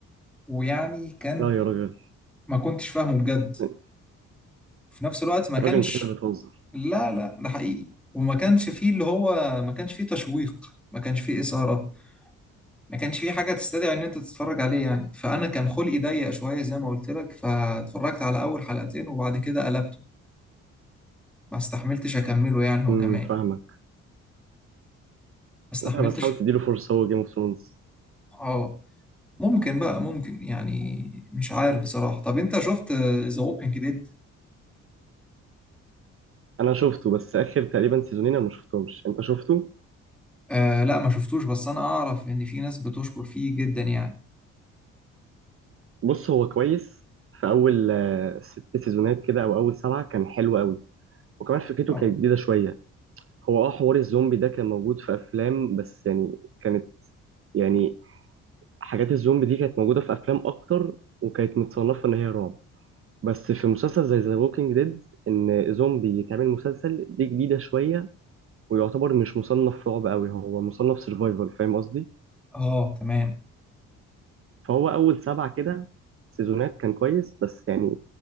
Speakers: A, in the centre; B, on the right.
A: ويعني كان
B: لا يا راجل
A: ما كنتش فاهمه بجد
B: يا
A: في نفس الوقت ما كانش
B: راجل انت كده بتهزر
A: لا لا ده حقيقي وما كانش فيه اللي هو ما كانش فيه تشويق ما كانش فيه إثارة ما كانش فيه حاجة تستدعي إن أنت تتفرج عليه يعني فأنا كان خلقي ضيق شوية زي ما قلت لك فاتفرجت على أول حلقتين وبعد كده قلبته ما استحملتش أكمله يعني هو
B: امم
A: كمان ما
B: فاهمك
A: استحملتش
B: لا بس حاول تديله فرصه هو جيم اوف ثرونز
A: اه ممكن بقى ممكن يعني مش عارف بصراحة طب أنت شفت ذا ووكينج ديد؟
B: انا شفته بس اخر تقريبا سيزونين انا ما شفتهمش انت شفته
A: آه لا ما شفتوش بس أنا أعرف إن في ناس بتشكر فيه جدا يعني
B: بص هو كويس في اول آه، ست سيزونات كده او اول سبعه كان حلو قوي وكمان فكرته
A: اه
B: كانت جديده شويه هو اه حوار الزومبي ده كان موجود في افلام بس يعني كانت يعني حاجات الزومبي دي كانت موجوده في افلام اكتر وكانت متصنفه ان هي رعب بس في مسلسل زي ذا ووكينج ديد ان زومبي يتعمل مسلسل دي جديده شويه ويعتبر مش مصنف رعب قوي هو مصنف سرفايفل فاهم قصدي
A: اه تمام
B: فهو اول سبعه كده سيزونات كان كويس بس يعني